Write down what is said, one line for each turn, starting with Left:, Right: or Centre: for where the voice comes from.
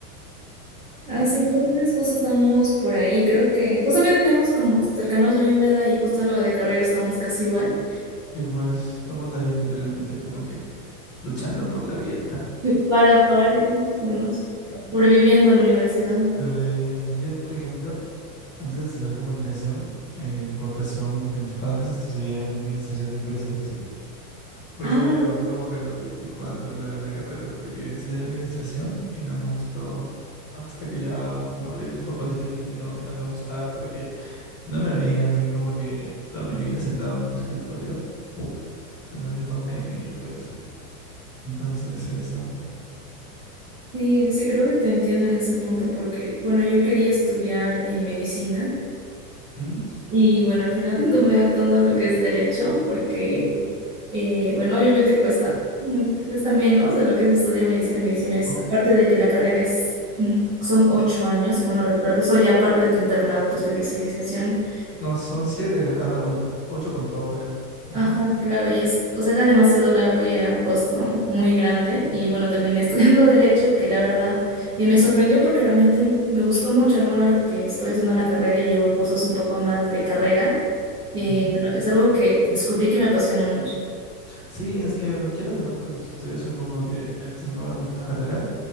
Left: <laughs>
Right: Así, entonces justo estamos por ahí, creo que justamente tenemos como cercanos la misma edad y justo en lo de carrera estamos casi igual.
Left: Sí, pues estamos ahí literalmente como que luchando por la vida.
Right: <laughs> Para, pare. Bueno,
Left: <laughs>
Right: sobreviviendo a la universidad.
Left: Sobreviviendo. Yo, por ejemplo, antes de estudiar comunicación, eh, por presión de mis padres, estudié administración de empresas. Por
Right: Ah,
Left: eso voy a acabar como que a los 24 la, la carrera, porque estudié administración y no me gustó. Hasta que ya me hablé a mis papás y les dije que no, que no me gustaba, porque no me veía a mí como que toda mi vida sentado en un escritorio. O sea, no es mi forma de vivir, pues. Entonces, eso.
Right: sí, sí, creo que te entiendo en ese punto porque, bueno, yo quería estudiar eh, medicina
Left: ¿Mm?
Right: y, bueno, al final <laughs> tomé optando a lo que es derecho porque, eh, bueno, obviamente cuesta, mu- cuesta menos de lo que es estudiar medicina. Medicina es,
Left: Oh,
Right: aparte de que la carrera es, mm, son ocho años, si mal no recuerdo, eso ya aparte de tu internado, tu especialización.
Left: No, son siete, creo. Ah, no, bueno, ocho con todo ya. Ajá,
Right: Ajá, claro, y es, o sea, era demasiado largo y era un costo muy grande y bueno, terminé <laughs> estudiando derecho, que la verdad eh, me sorprendió porque realmente me gustó mucho. Ahora, Bueno, ahora que estoy haciendo la carrera y llevo cursos un poco más de carrera, eh,
Left: ujú.
Right: bueno, es algo que descubrí que me apasiona mucho.
Left: Sí, es que quieras o no, cuando tú estudias son como que entras nuevo en una carrera